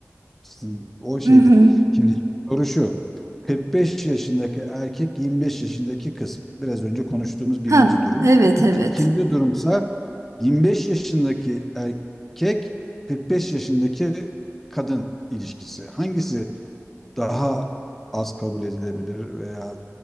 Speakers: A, in the centre; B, on the right.
A: Sizin- O şeydi.
B: Hı hı.
A: Şimdi soru şu. 45 yaşındaki erkek 25 yaşındaki kız. Biraz önce konuştuğumuz birinci
B: Ha,
A: durum.
B: evet
A: İkinci,
B: evet.
A: ikinci durumsa 25 yaşındaki erkek 45 yaşındaki kadın ilişkisi. Hangisi daha az kabul edilebilir veya